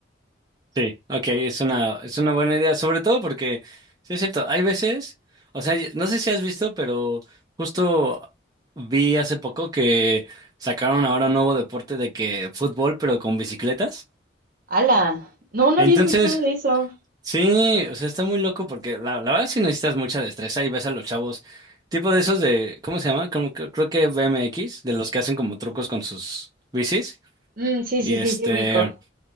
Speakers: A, on the right; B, on the right.
A: Sí, ok, es una, es una buena idea, sobre todo porque, sí es cierto, hay veces, o sea, y- no sé si has visto, pero justo vi hace poco que sacaron ahora un nuevo deporte de que fútbol, pero con bicicletas.
B: ¡Hala! No, no
A: Entonces,
B: había escuchado de eso.
A: sí, o sea, está muy loco porque la, la verdad sí necesitas mucha destreza y ves a los chavos, tipo de esos de, ¿cómo se llama? Como, que- creo que BMX, de los que hacen como trucos con sus bicis.
B: Mm, sí,
A: Y
B: sí,
A: este,
B: sí, sí, ubico.